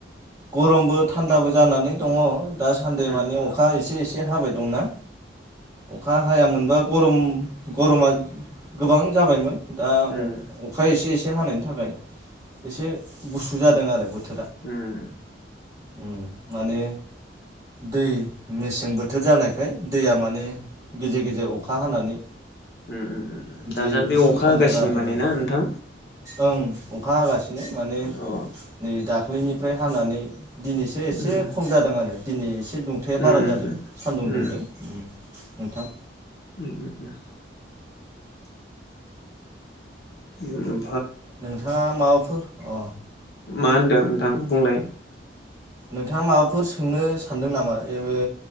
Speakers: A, on the right (about 20°); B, on the left (about 60°).
A: गरमबो थान्दाबो जानानै दङ। दा सान्दै
B: उम
A: मानि अखा एसे एसे हाबाय दंना अखा हाया मोनबा गरम गरमा गोबां जाबायमोन। दा
B: उम
A: अ-अखा एसे ए से हानायनि थाखाय एसे गुसु जादों आरो बोथो‌
B: उम
A: उम माने दै मेसें बोथोर जानाय दैया माने गेजेर गेजे जेर अखा हानानै
B: उम उम उम
A: बिदि
B: दासान्दि
A: गुसु
B: अखा
A: थान्दा
B: होगासिनो
A: जादों
B: माने
A: आरो
B: ना नोंथां।
A: ओं अखा हागासिनो बिनो माने
B: अ
A: नै दा फुंनिफ्राय हानानै दिनैसो एसे
B: उम
A: खम जादों आरो दिनै एसे दुंथाया
B: उम
A: बारा जादों
B: उम
A: सानदुं
B: उम
A: दुंदों नोंथां
B: उम उम उम उम
A: नोंथाङा माबाफोर अ
B: मा होनदों नोंथां बुंलाय
A: नोंथाङा माबाफोर सोंनो सानदों नामा बेबो